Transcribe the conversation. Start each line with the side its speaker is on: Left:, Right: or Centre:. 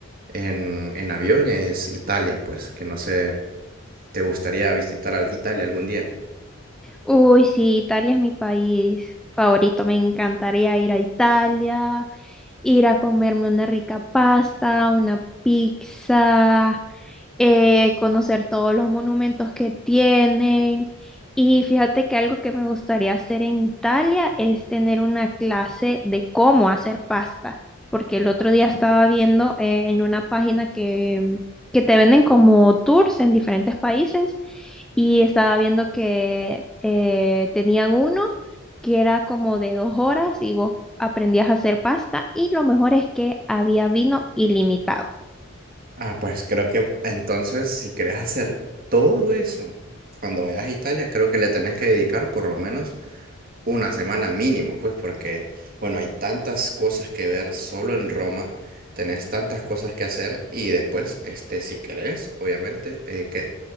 Right: en, en avión es Italia, pues, que no sé, ¿te gustaría visitar al- Italia algún día?
Centre: Uy, sí, Italia es mi país favorito. Me encantaría ir a Italia, ir a comerme una rica pasta, una pizza, eh, conocer todos los monumentos que tienen. Y fíjate que algo que me gustaría hacer en Italia es tener una clase de cómo hacer pasta, porque el otro día estaba viendo eh, en una página que, mm, que te venden como tours en diferentes países y estaba viendo que eh, tenían uno que era como de dos horas y vos aprendías a hacer pasta y lo mejor es que había vino ilimitado.
Right: Ah, pues creo que entonces si querés hacer todo eso cuando vayas a Italia, creo que le tenés que dedicar por lo menos una semana mínimo, pues porque, bueno, hay tantas cosas que ver solo en Roma, tenés tantas cosas que hacer y después, este, si querés, obviamente, eh, que